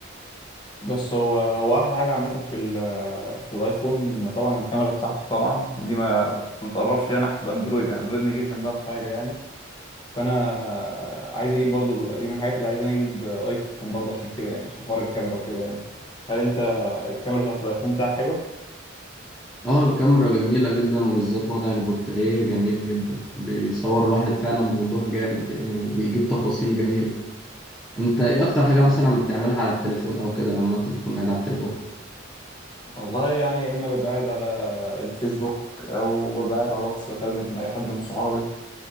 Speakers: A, on the left; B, in the centre.
A: بس هو هو احلى حاجه عامه في ال- في الايفون طبعا الكاميرا بتاعته طبعا دي ما ما تقربش ليها ناحيه الاندرويد يعني الاندرويد ما يجيش جنبها في حاجه يعني فانا عايز اجيب برضو دي من الحاجات اللي عايز انا اجيب ايفون برضو عشان كده يعني عشان حوار الكاميرا وكده يعني هل انت الكاميرا بتاعت الايفون بتاعك حلوة
B: اه الكاميرا جميلة جدا وبالذات وضع البورتريه جميل جدا بي- بيصور الواحد فعلا بوضوح جامد يعني وبيجيب تفاصيل جميلة انت ايه اكتر حاجة
A: مم.
B: مثلا بتعملها على التليفون او كده لما انت بتكون قاعد على التليفون
A: والله يعني يا اما ببقى قاعد على الفيسبوك او ببقى قاعد على الواتس بكلم اي حد من صحابي